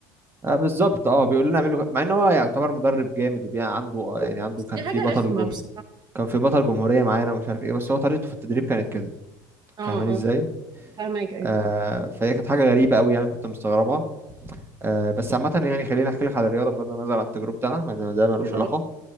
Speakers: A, on the right; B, on the right.
A: آه، بالظبط اه بيقول لنا اعملوا ك- مع ان هو يعتبر مدرب جامد وبيع عنده آه، يعني عنده
B: بس
A: كان
B: دي
A: في
B: حاجة
A: بطل
B: رخمة
A: جم...
B: بصراحة
A: كان في بطل جمهورية معانا ومش عارف ايه بس هو طريقته في التدريب كانت كده
B: اه
A: فاهماني ازاي
B: اه فاهمك ايوه
A: آه فهي كانت حاجة غريبة قوي يعني كنت مستغربها آه بس عامة يعني خليني احكي لك على الرياضة بغض النظر عن تجربتي انا لان ده ملوش
B: <laughs>
A: علاقة
B: اه.